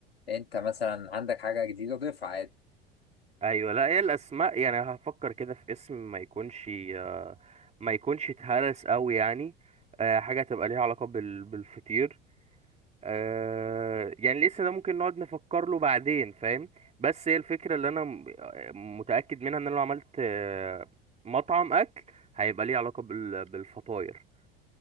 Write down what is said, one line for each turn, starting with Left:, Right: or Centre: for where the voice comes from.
Left: انت مثلا عندك حاجة جديدة ضيفها عادي
Right: ايوه لا هي الاسماء يعني هفكر كده في اسم ما يكونش آه، ما يكونش اتهرس قوي يعني آه، حاجه تبقى ليها علاقه بال- بالفطير آه، يعني الاسم ده ممكن نقعد نفكر له بعدين فاهم بس هي الفكره اللي انا م- متاكد منها ان انا لو عملت آه، مطعم اكل هيبقى ليه علاقه بال- بالفطاير